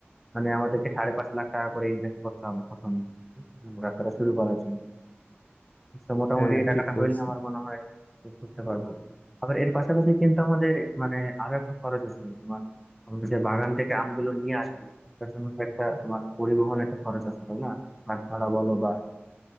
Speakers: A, in the centre; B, on the left.
A: মানে আমাদেরকে সাড়ে পাঁচ লাখ টাকা করে ইনভেস্ট করতে হবে প্রথমে উম, রাস্তাটা শুরু করার জন্য তো মোটামুটি
B: হ্যাঁ
A: এই টাকাটা
B: ঠিক বলছো
A: হইলে আমার মনে হয় শুরু করতে পারবো আবার এর পাশাপাশি কিন্তু আমাদের মানে আরো একটা খরচ আছে তোমার আমরা যে বাগান থেকে আমগুলো নিয়ে আসবো তার জন্য তো একটা তোমার পরিবহন একটা খরচ আছে তাই না বাস ভাড়া বলো বা